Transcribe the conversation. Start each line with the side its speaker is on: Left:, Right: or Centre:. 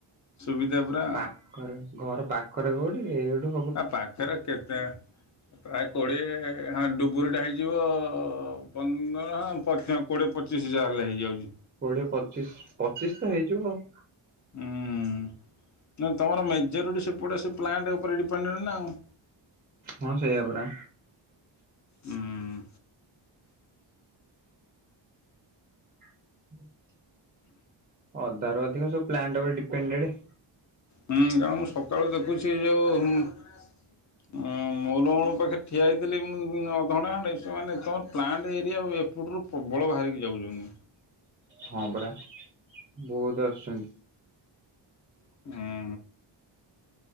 Left: ସୁବିଧା ପୁରା।
Right: ପାଖରେ ଘର ପାଖରେ କୋଉଠି ଏଇଠୁ ହ
Left: ଆ ପାଖେରେ କେତେ ପ୍ରାୟ କୋଡିଏ ହଁ ଡୁବୁରିଟା ହେଇଯିବ ପନ୍ଦର ହଁ ପ୍ରଥ କୋଡ଼ିଏ ପଚିଶି ଯାହେଲେ ହେଇଯାଉଚି।
Right: କୋଡିଏ ପଚିଶ୍ ପଚିଶ୍ ତ ହେଇଯିବ ଆଉ।
Left: ଉଁ, ନା ତମର ମେଜରିଟି ସେପଟେ ସେ ପ୍ଲାଣ୍ଟ୍ ଉପରେ ଡିପେଣ୍ଡେଡ୍ ନା ଆଉ।
Right: ହଁ ସେଇଆ ପରା।
Left: ହୁଁ
Right: <inaudible> ଅଧାରୁ ଅଧିକ ସବୁ ପ୍ଲାଣ୍ଟ ଉପରେ ଡିପେଣ୍ଡେଡ଼୍।
Left: ହୁଁ କାରଣ ମୁଁ ସକାଳୁ ଦେଖୁଚି ସେ ଯୋଉ ଅଁ ମହୁଲବଣ ପାଖରେ ଠିଆ ହେଇଥିଲି ମୁଁ ଅଧଘଣ୍ଟା ଖଣ୍ଡେ ସେମାନେ ତମ ପ୍ଲାଣ୍ଟ ଏରିଆ ଆଉ ଏ ପଟରୁ ପ୍ରବଳ ବାହାରିକି ଯାଉଚନ୍ତି।
Right: ହଁ ପରା। ବହୁତ୍ ଆସୁଛନ୍ତି।
Left: <inaudible>